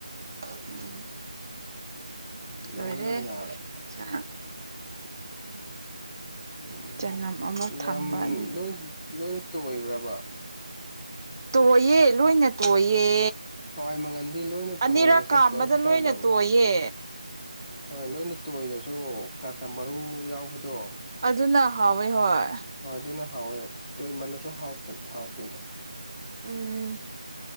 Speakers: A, on the right (about 30°); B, in the centre.
A: ꯑꯥ ꯎꯝ
B: ꯂꯣꯏꯅ
A: ꯂꯣꯏꯔꯦ
B: ꯌꯥꯔꯦ
A: ꯏꯟꯁꯥꯡ
B: ꯎꯝ
A: ꯆꯅꯝ ꯑꯃꯨꯛ
B: ꯉꯝ
A: ꯊꯝꯕ ꯑꯗꯨꯒꯤ
B: ꯂꯣꯏꯟ ꯂꯣꯏꯅ ꯇꯣꯏꯕ꯭ꯔꯥꯕ
A: ꯇꯣꯏꯌꯦ ꯂꯣꯏꯅ ꯇꯣꯏꯌꯦ
B: ꯍꯋꯥꯏ ꯃꯪꯒꯟꯗꯤ ꯂꯣꯏꯅ
A: ꯑꯅꯤꯔꯛ
B: ꯇꯣꯏꯔꯁꯨ
A: ꯀꯥꯝꯕꯗ
B: ꯀꯔꯤꯝ ꯇꯧꯗꯕꯅꯤ
A: ꯂꯣꯏꯅ ꯇꯣꯏꯌꯦ
B: ꯍꯣꯏ ꯂꯣꯏꯅ ꯇꯣꯏꯔꯁꯨ ꯈꯔ ꯈꯔ ꯃꯔꯨ ꯌꯥꯎꯕꯗꯣ
A: ꯑꯗꯨꯅ ꯍꯥꯎꯋꯦ ꯍꯣꯏ
B: ꯍꯣꯏ ꯑꯗꯨꯅ ꯍꯥꯎꯋꯦ ꯇꯣꯏꯃꯜꯂꯁꯨ ꯍꯥꯎꯇ꯭ꯔꯗꯤ ꯍꯥꯎꯇꯦꯗ
A: ꯎꯝ